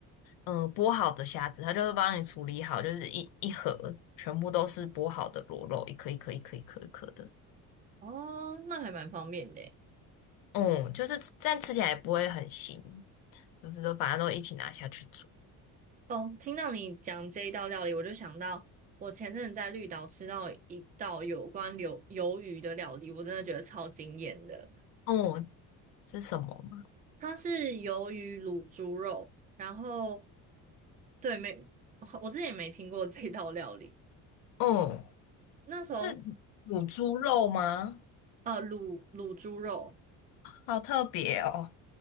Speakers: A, on the left (about 75°); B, on the right (about 25°).
A: 嗯、呃剥好的虾子，它就是帮你处理好，就是一一盒全部都是剥好的螺肉，一颗一颗一颗一颗一颗的。
B: 哦，那还蛮方便的耶
A: 嗯，就是但吃起来不会很腥，就是都反正都一起拿下去煮。
B: 哦，听到你讲这一道料理，我就想到我前阵子在绿岛吃到一道有关鱿鱿鱼的料理，我真的觉得超惊艳的。
A: 嗯，是什么吗？
B: 它是鱿鱼卤猪肉，然后对，没，我之前也没听过这道料理。
A: 嗯，
B: 那时候
A: 是卤猪肉吗？
B: 呃，卤卤猪肉。
A: 好特别哦。